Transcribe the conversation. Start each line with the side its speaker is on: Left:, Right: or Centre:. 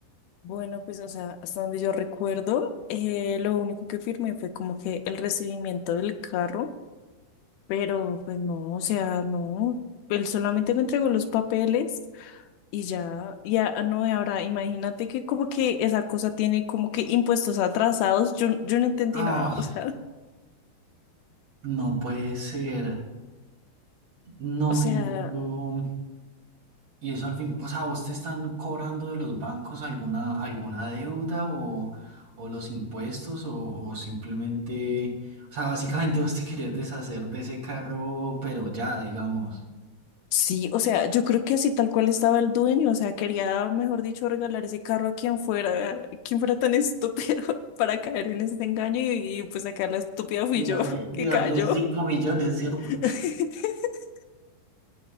Left: Bueno, pues, o sea, hasta donde yo recuerdo, eh, lo único que firmé fue como que el recibimiento del carro, pero pues no, o sea, no, él solamente me entregó los papeles y ya, ya, no, y ahora imagínate que como que esa cosa tiene como que impuestos atrasados, yo, yo no entendí
Right: Ah,
Left: nada, <laughs> o sea.
Right: no puede ser. No,
Left: O sea,
Right: y esto. Y eso al fin, o sea, ¿vos te están cobrando de los bancos alguna, alguna deuda o, o los impuestos o, o simplemente, o sea, básicamente <laughs> vos te querés deshacer de ese carro, pero ya, digamos,
Left: sí, o sea, yo creo que así tal cual estaba el dueño, o sea, quería, mejor dicho, regalar ese carro a quien fuera, quien fuera tan estúpido <laughs> para caer en ese engaño y, y, pues acá la estúpida fui
Right: y
Left: yo
Right: darle,
Left: <laughs> que
Right: y darle
Left: cayó.
Right: 5 millones, ¿cierto?
Left: <laughs>